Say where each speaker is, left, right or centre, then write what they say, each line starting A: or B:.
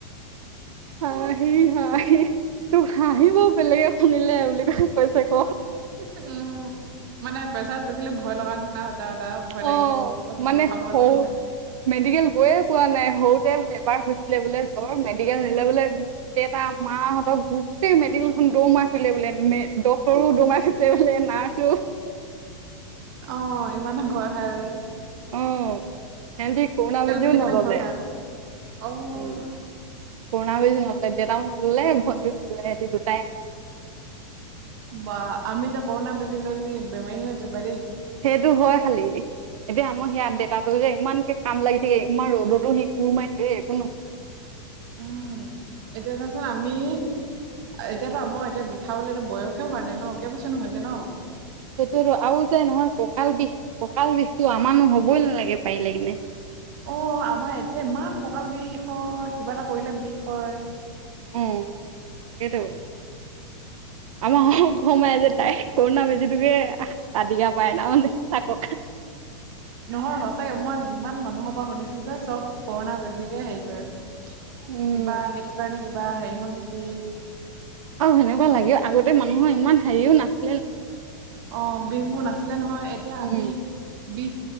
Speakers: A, on the right; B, on the right.
A: হাহি হাহি তোক হাঁিব বেলেগে শুনিলে বুলি। কৰিছে, ক
B: উম। মানে প্ৰেছাৰ জুখিলে ভয় লগা নিচিনা হৈ যায় আৰু ভয় লাগিব
A: অ', মানে
B: বিষাব
A: হ
B: নোৱাৰা নিচিনা।
A: মেডিকেল গৈয়ে পোৱা নাই সৰুতে এবাৰ হৈছিলে বোলে জ্বৰ মেডিকেল নিলে বোলে, দেউতা মাহাহতৰ গোটেই মেডেলখন দৌ মাই ফুললে বোলে। ড্ক্তৰো দৰমাই ফুৰিছে, বোলে নাৰ্ছো।
B: অ', ইমানে ভয় খাই ব
A: অ' সিহঁতি কৰুনা বেজি
B: বুলি
A: ও নললে,
B: ক'লে ভয় খাই আকৌ। অ',
A: উম। কৰুনা বেজি নললে দেতাও নললে ভন্টিও নললে স দুটাই
B: বা আমি যে কৰোণা বজি লৈ কি বেমাৰী হৈ আছো বাই দেই।
A: সেইটো হয় খালি। এতিয়া আমাৰ সেয়াত দেতাতো যে ইমানকে কাম লাগি থাকে, ইমান ৰ'দতো সি খোৰমাই থাকে একো ন
B: উম, এতিয়া চোৱাচোন আমি এতিয়াতো আমাৰ এতিয়া খাবলৈতো বয়সে হোৱা নাই ন, কেবছৰ নো হৈছে ন।
A: সেইটো আৰু যে নহয় কঁকাল বিষ কঁকাল বিষটো আমাৰনো হবই নালাগে পাৰিলে কিনে।
B: অ' আমাৰ এতিয়া ইমান ককাল বিষ হয়, কিবা এটা কৰিলে বিষ হয়।
A: উম, তাকেইে তো আমাৰ ঘুমাই যে তাই কৰোণা বেজি তোকে ৰাতিকা পায়, তাৰমানমানে তাক
B: নহয় সঁচাকে মই যিমান মানুহৰ পৰা শুনিছো যে চব, কৰোণা বেজিকে হেৰি কৰে,
A: উম,
B: কিবা সেইটো কাৰণে কিবা হেৰি হ'ল নেকি
A: আৰু সেনেকুৱা লাগে আগতে মানুহৰ ইমান হেৰিও নাছিলে নহয়।
B: অ' বিষবোৰ নাছিলে নহয় এতিয়া আমি
A: উম।
B: বি